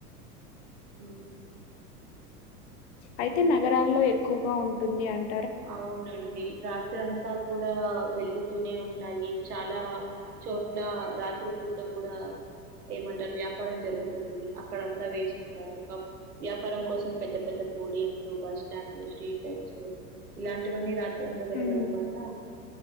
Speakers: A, on the right; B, on the left.
A: ఊ.
B: అయితే నగరాల్లో ఎక్కువగా ఉంటుంది అన్.
A: అవునం. ఇ రాత్రంతా కూడా వెలుగుతూనే ఉంటాయి, చాలా చోట్ల రా రాత్రి పూట కూడా, ఏమంటారు వ్యాపారం జరుగుతుంది అ. అక్కడంతా వేసుంటారు, ఇంకా వ్యాపారం కోసం పెద్ద పెద్ద పోడియంలు, బస్ స్టాండ్లు సి. లైట్సు ఇలాంటివన్నీ రాత్రి అంతా వెలగడం
B: హ్మ్.
A: వలన.